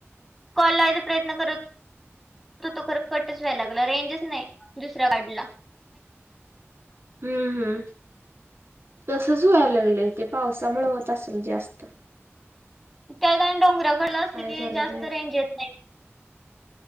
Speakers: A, in the centre; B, on the right.
A: कॉल लावयचा प्रयत्न करत होतो कर कटच व्हायला लागला रेंजच नाही. दुसरा काढला.
B: हम्म हम्म तसच व्हाय लागलय ते पावसामुळे होत असल जास्त.
A: त्याजा आणि डोंगर्याकडला असलं
B: काय
A: की
B: झाले
A: जास्त
B: काय माहित.
A: रेंज येत नाही.